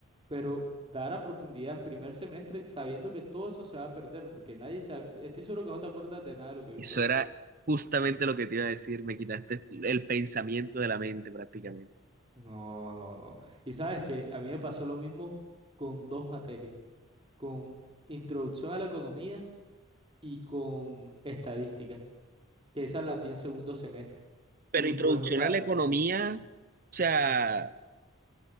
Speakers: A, on the right (about 25°); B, on the right (about 40°).
A: Pero dar a profundidad en primer semestre sabiendo que todo eso se va a perder, porque nadie se, ac- estoy seguro que no te acuerdas de nada de lo que viste
B: eso
A: ahí.
B: era justamente lo que te iba a decir, me quitaste el pensamiento de la mente prácticamente.
A: No, no, no. Y sabes que a mí me pasó lo mismo con dos materias, con introducción a la economía y con estadística, que esas las di en segundo semestre.
B: pero
A: Y
B: introducción
A: pues, o sea,
B: a la economía, o sea,